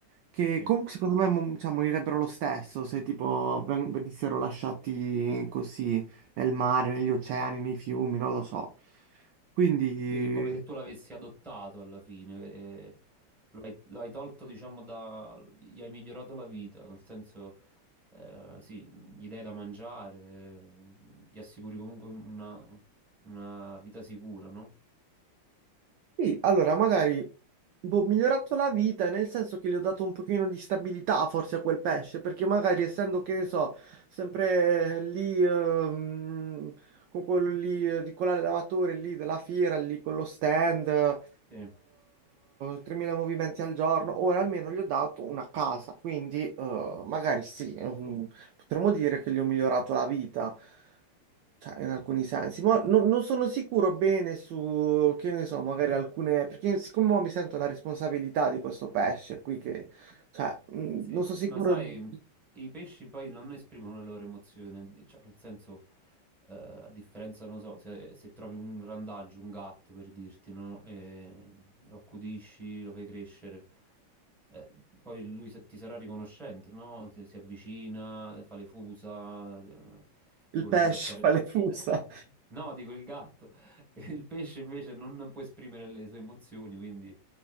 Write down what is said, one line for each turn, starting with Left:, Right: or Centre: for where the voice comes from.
Right: che
Centre: Sì.
Right: comunque secondo me mo- cioè, morirebbero lo stesso se tipo ven- venissero lasciati così nel mare, negli oceani, nei fiumi, non lo so. Quindi
Centre: Quindi è come se tu l'avessi adottato alla fine, eh, eh, lo hai, lo hai tolto, diciamo, da... gli hai migliorato la vita, nel senso, eh, sì, gli dai da mangiare, eh, gli assicuri comunque una, una vita sicura, no?
Right: Sì, allora magari boh, ho migliorato la vita nel senso che gli ho dato un pochino di stabilità forse a quel pesce, perché magari essendo che ne so, sempre lì ehm, con quello lì eh, di quell'allevatore lì della fiera, lì con lo stand, eh,
Centre: Sì.
Right: 3000 movimenti al giorno, ora almeno gli ho dato una casa, quindi eh, magari sì, ehm, potremmo dire che gli ho migliorato la vita. Cioè, in alcuni sensi, ma no- non sono sicuro bene su, che ne so, magari alcune, perché siccome mo mi sento la responsabilità di questo pesce qui che,
Centre: <laughs>
Right: cioè, mh,
Centre: Sì,
Right: non sono sicuro
Centre: ma sai,
Right: <laughs> di-
Centre: i pesci poi non esprimono le loro emozioni, cioè nel senso, eh, a differenza, non so, se, se trovi un randaggio, un gatto per dirti, no? E lo accudisci, lo fai crescere, eh, poi lui sa- ti sarà riconoscente, no? Se si avvicina, fa le fusa, eh, si
Right: il
Centre: vuole
Right: pesce
Centre: fare accarezzare.
Right: <laughs> fa le fusa.
Centre: <laughs> No, dico il gatto. <laughs> Il pesce invece non può esprimere le sue emozioni, quindi,